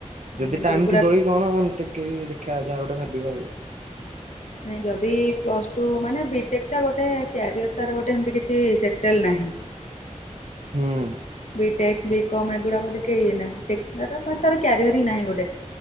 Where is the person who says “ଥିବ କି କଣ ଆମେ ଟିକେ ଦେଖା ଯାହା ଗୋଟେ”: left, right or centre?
Right